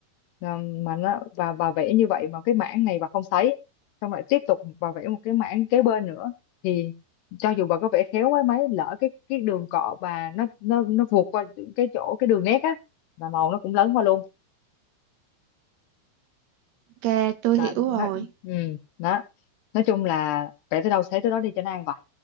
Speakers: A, on the left; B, on the right.
A: là mà nó và bà vẽ như vậy mà cái mảng này bà không thấy xong lại tiếp tục bà vẽ một cái mảng kế bên nữa thì cho dù bà có vẽ khéo quá mấy lỡ cái cái đường cọ bà nó nó nó vượt qua cái chỗ cái đường nét á là màu nó cũng lấn qua luôn
B: Ok tôi
A: là
B: hiểu rồi.
A: nó ừ, đó nói chung là vẽ tới đâu thấy tới đó đi cho nó an bài